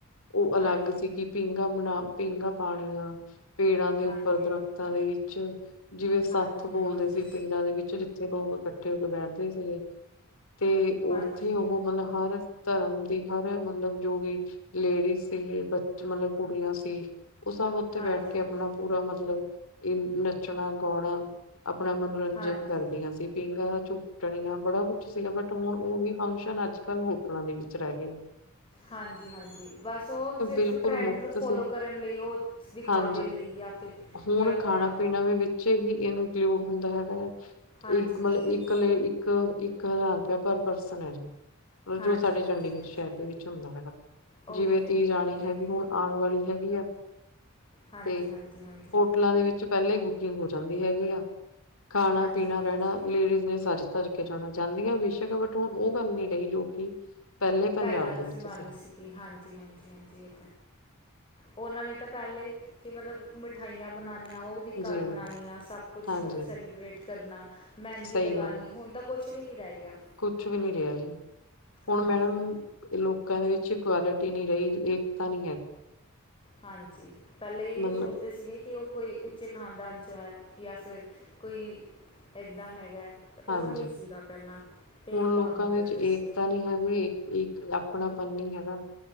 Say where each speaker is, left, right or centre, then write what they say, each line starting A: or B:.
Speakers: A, on the left (about 75°); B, on the left (about 25°).
A: ਉਹ ਅਲੱਗ
B: ਹਾਂਜੀ
A: ਸੀਗੀ ਪੀਂਘਾ ਬਣਾ ਪੀਂਘਾ ਪਾਣੀਆਂ ਪੇੜਾਂ ਦੇ
B: ਹਾਂਜੀ
A: ਉੱਪਰ ਦਰਖਤਾਂ
B: ਹਾਂਜੀ
A: ਦੇ ਵਿੱਚ ਜਿਵੇਂ
B: ਹਾਂਜੀ
A: ਸੱਥ
B: ਹਾਂਜੀ
A: ਬੋਲਦੇ ਸੀ ਪਿੰਡਾਂ ਦੇ ਵਿੱਚ ਜਿੱਥੇ ਲੋਕ ਇਕੱਠੇ ਹੋ ਕੇ ਬੈਠਦੇ ਸੀਗੇ ਤੇ ਉੱਥੇ
B: ਹਾਂਜੀ
A: ਉਹ ਮਤਲਬ ਹਰ ਧਰਮ ਦੀ ਹਰ ਮਤਲਬ ਜੋ ਵੀ ਲੇਡੀਜ਼ ਸੀ ਬ ਮਤਲਬ ਕੁੜੀਆਂ ਸੀ, ਉਹ ਸਭ ਉਥੇ
B: ਹਾਂਜੀ
A: ਬੈਠ ਕੇ ਆਪਣਾ ਪੂਰਾ ਮਤਲਬ ਇਹ ਨੱਚਣਾ ਗਾਉਣਾ ਆਪਣਾ ਮਨੋਰੰਜਨ
B: ਹਾਂਜੀ
A: ਕਰਦੀਆਂ ਸੀ ਪੀਂਘਾਂ ਝੂਟਣੀਆਂ ਬੜਾ ਕੁੱਛ ਸੀਗਾ ਬਟ ਹੁਣ ਉਹ ਵੀ ਫੰਕਸ਼ਨ ਅੱਜ ਕੱਲ੍ਹ ਹੋਟਲਾਂ ਦੇ ਵਿੱਚ ਰਹਿ ਗਏ ਆ
B: ਹਾਂਜੀ ਹਾਂਜੀ ਬਸ ਉਹ ਸਿਰਫ
A: ਬਿਲਕੁਲ
B: ਟਰੈਂਡ
A: ਮੁਫ਼ਤ
B: ਨੂੰ ਫੋਲੋ
A: ਸੀ
B: ਕਰਨ ਲਈ ਉਹ ਦਿਖਾਵੇ
A: ਹਾਂਜੀ
B: ਲਈ ਯਾ ਫਿਰ
A: ਹੁਣ
B: ਕਿ ਅਗਰ
A: ਖਾਣਾ
B: ਆਪ
A: ਪੀਣਾ ਵੀ ਵਿੱਚ ਹੀ ਇਹਨੂੰ ਪਿਓਰ ਦਿੰਦਾ ਹੈਗਾ ਹੈ,
B: ਹਾਂਜੀ
A: ਇੱਕ ਮਤਲਬ
B: ਹਾਂਜੀ
A: ਇੱਕਲੇ ਇੱਕ ਇੱਕ ਹਜ਼ਾਰ ਰੁਪਇਆ ਪਰ ਪਰਸਨ ਹੈ ਜੀ
B: ਹਾਂਜੀ
A: ਜੋ ਸਾਡੇ
B: ਹਾਂਜੀ
A: ਚੰਡੀਗੜ੍ਹ
B: ਹਾਂਜੀ
A: ਸ਼ਹਿਰ ਦੇ ਵਿੱਚ ਹੁੰਦਾ ਹੈਗਾ,
B: ਓਕੇ
A: ਜਿਵੇਂ ਤੀਜ
B: ਓਕੇ
A: ਆਣੀ
B: ਓਕੇ ਓਕੇ
A: ਹੈਗੀ ਹੁਣ ਆਉਣ ਵਾਲੀ ਹੈਗੀ ਆ,
B: ਹਾਂਜੀ
A: ਤੇ
B: ਹਾਂਜੀ ਹਾਂਜੀ
A: ਹੋਟਲਾਂ ਦੇ ਵਿੱਚ ਚ ਪਹਿਲਾਂ ਹੀ ਕੁਕਿੰਗ ਹੋ ਜਾਂਦੀ ਹੈਗੀ ਆ, ਖਾਣਾ
B: ਹਾਂਜੀ
A: ਪੀਣਾ
B: ਹਾਂਜੀ
A: ਰਹਿਣਾ ਲੇਡੀਜ਼ ਨੇ ਸਾਰੇ ਤਰ ਕੇ ਜਾਣਾ ਚਾਹੁੰਦੀਆਂ, ਬੇਸ਼ੱਕ ਬਟ ਹੁਣ ਉਹ ਗੱਲ ਨੀ ਰਹੀ ਜੋ ਕਿ ਪਹਿਲੇ ਪੰਜਾਬ
B: ਪਹਿਲਾਂ ਤੁਸੀਂ
A: ਦੇ ਵਿੱਚ
B: ਮਰਨੀ
A: ਸੀ
B: ਸੀਗੀ ਹਾਂਜੀ ਹਾਂਜੀ ਹਾਂਜੀ ਉਹਨਾਂ ਨੇ ਤਾਂ ਪਹਿਲੇ ਕਿ ਮਤਲਬ ਮਿਠਾਈਆਂ ਬਣਾਉਣੀਆਂ ਉਹ ਵੀ ਘਰ
A: ਜੀ
B: ਬਣਾਉਣੀ ਆਂ, ਸਭ ਕੁਛ
A: ਹਾਂਜੀ
B: ਮਤਲਬ ਸੈਲੀਬ੍ਰੇਟ ਕਰਨਾ ਮਹਿੰਦੀ
A: ਸਹੀ
B: ਲਗਾਉਣੀ,
A: ਗੱਲ ਹੈ
B: ਹੁਣ ਤੱਕ ਕੁਛ ਵੀ ਨਹੀਂ ਰਹਿ ਗਿਆ
A: ਕੁਛ ਵੀ ਨੀ ਰਿਹਾ ਜੀ, ਹੁਣ
B: ਹਾਂਜੀ
A: ਮੈਡਮ ਲੋਕਾਂ ਦੇ ਵਿੱਚ ਇਕੁਆਲਿਟੀ ਨਹੀਂ ਰਹੀ ਏਕਤਾਂ ਨੀ ਹੈਗੀ
B: ਹਾਂਜੀ ਪਹਿਲਾਂ ਇਹ
A: ਮਤਲਬ
B: ਨਹੀਂ ਸੋਚਦੇ ਸੀਗੇ ਕਿ ਉਹ ਕੋਈ ਉੱਚੇ ਖਾਨਦਾਨ ਚੋ ਹੈ ਜਾਂ ਫਿਰ ਕੋਈ ਇੱਦਾਂ ਹੈਗਾ ਤੇ ਉਹ
A: ਹਾਂਜੀ
B: ਨਹੀਂ ਸੀਗਾ ਪਹਿਲਾਂ ਭੇਦਭਾਵ
A: ਹੁਣ ਲੋਕਾਂ
B: ਨਹੀਂ
A: ਦੇ
B: ਕਰਦੇ
A: ਵਿੱਚ ਏਕਤਾ
B: ਸੀਗੇ
A: ਨੀ ਹੈਗੀ ਇੱਕ ਆਪਣਾਪਨ ਨੀ ਹੈਗਾ